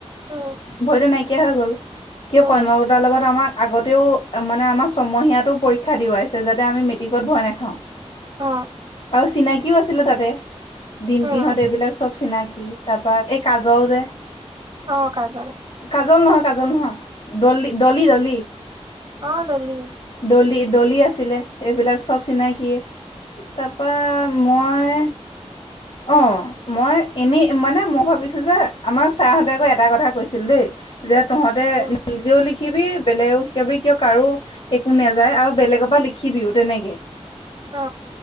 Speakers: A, on the right; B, on the left.
A: উম
B: ভয়তো নাইকিয়া হৈ গ'ল, কিয়
A: উম
B: কন্যলতাৰ লগত আমাক আগত- তেওঁ মানে আমাৰ ছমহীয়াতো পৰীক্ষা দিওৱাইছে, যাতে আমি মেট্ৰিকত ভয় নাখাও।
A: অ
B: আৰু চিনাকিও আছিলে তাতে, ডিম্পিহঁত
A: উম
B: এইবিলাক চব চিনাকি। তা পা এই কাজল যে!
A: অ', কাজল!
B: কাজল নহয় কাজল নহয়, দলি, ডলি ডলি।
A: অ', ডলি!
B: ডলি, ডলি, আছিলে এইবিলাক চব- চিনাকি, তা পা মই, অঁ - মই এনেই মানে মই ভাবিছো যে, আমাক ছাৰহঁতে আকৌ এটা কথা কৈছিল দেই - যে তহঁতে
A: উম
B: নিজেও লিখি- লিখিবি বেলেগকো শিকাবি কিয় কাৰো একো নাযায় আৰু বেলেগৰ পৰা লিখিবিও তেনেকে।
A: অ,